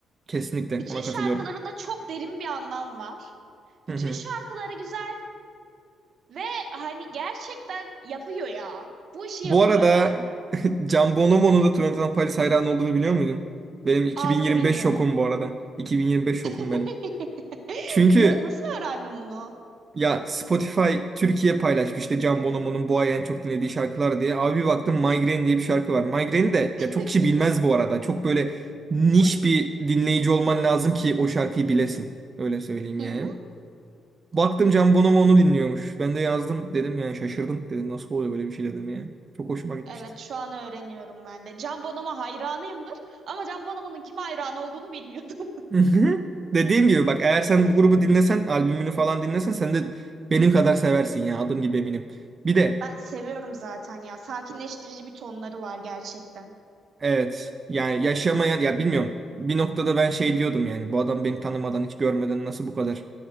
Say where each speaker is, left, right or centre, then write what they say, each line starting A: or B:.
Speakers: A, on the right (about 30°); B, on the right (about 55°).
A: Kesinlikle
B: Bütün
A: ona
B: şarkılarında
A: katılıyorum.
B: çok derin bir anlam var. Bütün
A: Hı hı.
B: şarkıları güzel ve hani gerçekten yapıyor ya. Bu işi
A: Bu
B: yapıyor
A: arada
B: yani.
A: <laughs> Can Bonomo'nun da Twenty Paris hayranı olduğunu biliyor muydun? Benim 2025
B: Aa bunu bilmiyordum.
A: şokum bu arada. 2025 şokum
B: <laughs>
A: benim. Çünkü
B: Na- nasıl öğrendim bunu?
A: ya Spotify Türkiye paylaşmış işte Can Bonomo'nun bu ay en çok dinlediği şarkılar diye. Abi bir baktım Migraine diye bir şarkı var. Migraine'i de
B: <laughs>
A: ya çok kişi bilmez bu arada. Çok böyle niş
B: Hı hı.
A: bir dinleyici olman lazım ki o şarkıyı bilesin. Öyle söyleyeyim
B: hı
A: yani.
B: hı.
A: Baktım Can Bonomo onu dinliyormuş. Ben de yazdım dedim yani şaşırdım dedim. Nasıl oluyor böyle bir şey dedim ya. Çok hoşuma gitmişti.
B: Evet şu an öğreniyorum ben de. Can Bonomo hayranıyımdır ama Can Bonomo'nun kime hayran olduğunu bilmiyordum.
A: Hı hı. Dediğim gibi bak eğer sen
B: <laughs>
A: bu grubu dinlesen albümünü falan dinlesen sen de benim
B: Hı hı.
A: kadar seversin ya adım gibi eminim. Bir de
B: Ben seviyorum zaten ya. Sakinleştirici bir tonları var gerçekten.
A: evet yani yaşamayan ya bilmiyorum bir noktada ben şey diyordum yani bu adam beni tanımadan hiç görmeden nasıl bu kadar